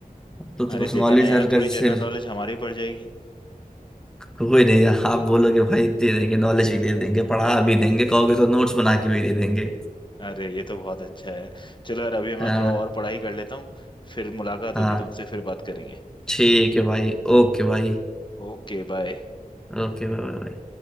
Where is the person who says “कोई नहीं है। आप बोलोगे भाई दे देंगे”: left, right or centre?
Centre